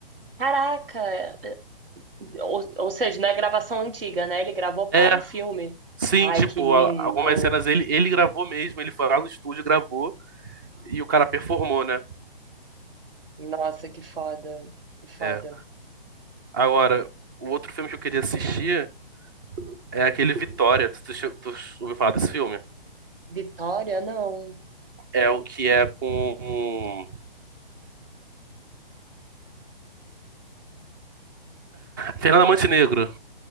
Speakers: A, on the right; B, on the right.
A: Caraca! Ou, ou seja, não é gravação antiga, né? Ele gravou
B: É.
A: para o filme.
B: Sim,
A: Ai,
B: tipo,
A: que lindo!
B: a- algumas cenas ele, ele gravou mesmo, ele foi lá no estúdio, gravou e o cara performou, né?
A: Nossa, que foda. Que foda.
B: É. Agora, o outro filme que eu queria assistir é aquele Vitória. Tu, tu, che- tu ouviu falar desse filme?
A: Vitória, não.
B: É o que é com Fernanda Montenegro.